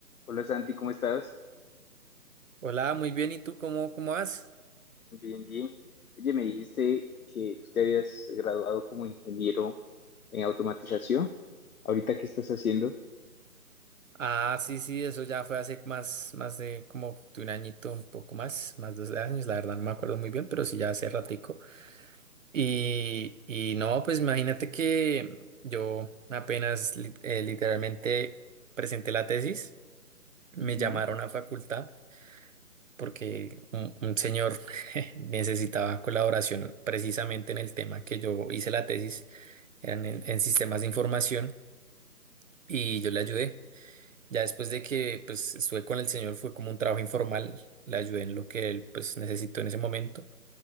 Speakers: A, on the left; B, on the right.
A: Hola Santi, ¿cómo estás?
B: Hola, muy bien. ¿Y tú cómo, cómo vas?
A: Bien, bien. Oye, me dijiste que tú te habías graduado como ingeniero en automatización. ¿Ahorita qué estás haciendo?
B: Ah, sí, sí, eso ya fue hace más, más de como de un añito, un poco más, más de dos años, la verdad no me acuerdo muy bien, pero sí ya hace ratico. Y, y no, pues imagínate que yo apenas li- eh, literalmente presenté la tesis, me
A: Ujú.
B: llamaron a facultad porque un, un señor <laughs> necesitaba colaboración precisamente en el tema que yo hice la tesis, eran en en sistemas de información y yo le ayudé. Ya después de que pues estuve con el señor fue como un trabajo informal, le ayudé en lo que él pues necesitó en ese momento